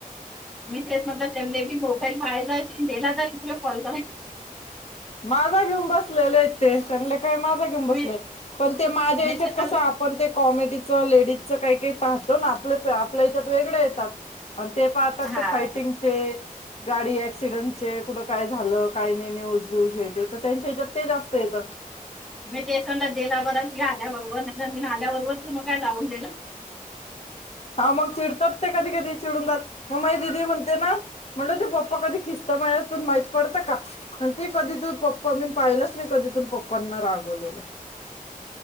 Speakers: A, in the centre; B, on the left.
A: मी तेच म्हटलं त्यानला की मोबाईल पा्हायचा जायचे दला जा तुला कॉल कराय
B: माझा घेऊन बसलेले आहेत ते. सगले काय माझा घेऊन बसलेय.
A: मी
B: पण ते माझ्या
A: मी
B: याच्यात
A: ते तर
B: कसं आपण ते कॉमेडीचं लेडीजचं काही-काही पाहतो ना. आप आपल्या याच्यात वेगळे येतात. ते पाहतात
A: हा
B: ते फायटिंगचे. गाडी एक्स. तीडअनचे. कुठ काय. झालं, काही नाही न्यूज. यूज हेज, त त्यांच्या हेजात ते जास्त येतात.
A: मी ते सांगा गेला बरा तु आल्याबरोबर <unintelligible> आल्याबरोबर तु म काय जाऊन दिलं.
B: हां मंग चिड- तत ते कधी कधी चिडून जात, म माइ दिदी म्हणते ना? म्हणलं तू पप्पा कधी खिस्त मळ माहीत पडतं का आणि ती कधी तू प् प मी पाहिलंच नाही कधीतून पप्पांना रागवलेलं.